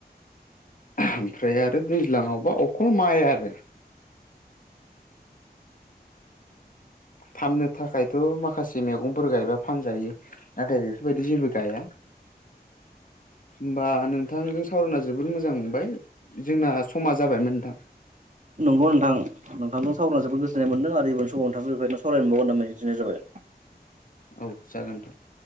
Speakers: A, on the left; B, on the right.
A: ओमफ्राय आरो दैज्लाङावबा अखल माइ आरो फाननो थाखायथ' माखासे मैगंफोर गायबा फानजायो नाथाय बेफोरबायदि जेबो गाया। होमबा नोंथांजों सावरायना जोबोद मोजां मोनबाय जोंना समा जाबायमोन नोंथां।
B: नंगौ नोंथां। नोंथांजों सावरायना जोबोद गोजोननाय मोनदों आरो उननि समावबो नोंथांजों बेबायदिनो सावरायबगोन होननानै मिजिं थिनाय जाबाय।
A: औ जागोन नोंथां।